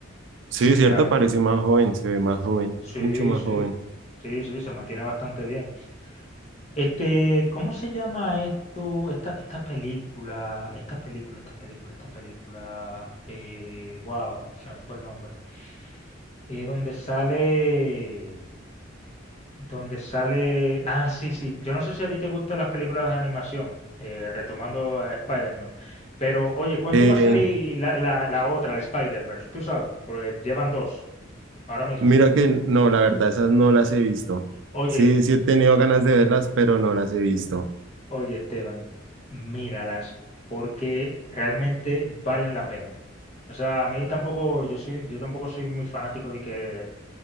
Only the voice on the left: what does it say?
sinceramente.
Sí,
sí,
sí, sí, se mantiene bastante bien. Este, ¿cómo se llama esto? Esta, esta película, esta película, esta película, esta película. Eh, wow, se me fue el nombre. Eh, donde sale. Donde sale. Ah, sí, sí. Yo no sé si a ti te gustan las películas de animación, eh, retomando a Spider-Man. Pero, oye, ¿cuándo
va a salir la, la, la otra, de Spider-Verse? Tú sabes, porque llevan dos ahora mismo.
Oye,
oye, Esteban, míralas, porque realmente valen la pena. O sea, a mí tampoco, yo soy, yo tampoco soy muy fanático de que